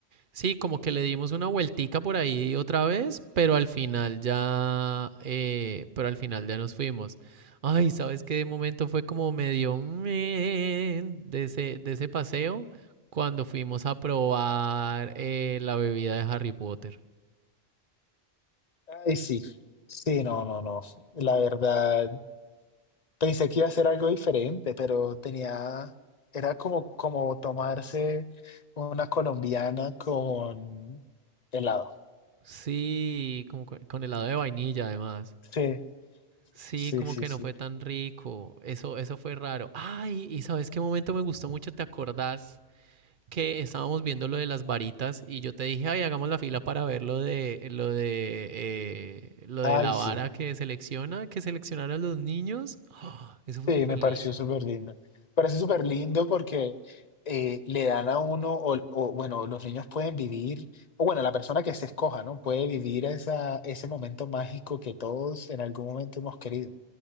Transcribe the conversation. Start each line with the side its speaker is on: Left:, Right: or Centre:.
Right: Sí, como que le dimos una vueltica por ahí otra vez, pero al final ya, eh, pero al final ya nos fuimos. Ay, ¿sabes qué? De momento fue como medio meh de ese, de ese paseo cuando fuimos a probar eh, la bebida de Harry Potter.
Left: Ay, sí, sí, no, no, no. La verdad, pensé que iba a ser algo diferente, pero tenía, era como, como tomarse una colombiana con helado.
Right: Sí, como co- con helado de vainilla además.
Left: Sí,
Right: Sí,
Left: sí,
Right: como
Left: sí,
Right: que
Left: sí.
Right: no fue tan rico. Eso, eso fue raro. Ay, ¿y sabes qué momento me gustó mucho? ¿Te acordás? que estábamos viendo lo de las varitas y yo te dije, ay, hagamos la fila para ver lo de lo de eh, lo
Left: Ay,
Right: de la vara
Left: sí.
Right: que selecciona, que seleccionaron los niños. <gasps> ¡Ah! eso fue
Left: Sí,
Right: súper
Left: me
Right: lindo.
Left: pareció súper lindo. Parece súper lindo porque eh, le dan a uno, o, o, bueno, los niños pueden vivir, o bueno, la persona que se escoja, ¿no? Puede vivir esa, ese momento mágico que todos en algún momento hemos querido.